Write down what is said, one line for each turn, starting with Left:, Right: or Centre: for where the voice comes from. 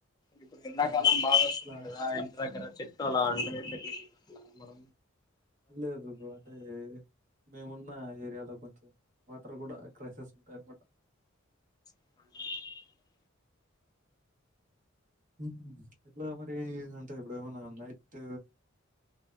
Left: ఇప్పుడు ఎండాకాలం
Right: ఆ!
Left: బాగా వస్తుంది
Right: అట్లా
Left: గదా ఇంటి దగ్గర చెట్టు అలా ఉంటే <unintelligible> పె మ
Right: లేదు బ్రో అంటే మేమున్న ఏరియాలో కొంచెం వాటర్ గూడా క్రైసిస్ ఉంటాయన్నమాట
Left: అంట <unintelligible>
Right: ఉమ్ ఎట్లా మరి అంటే ఇప్పుడు ఏమన్నా నైట్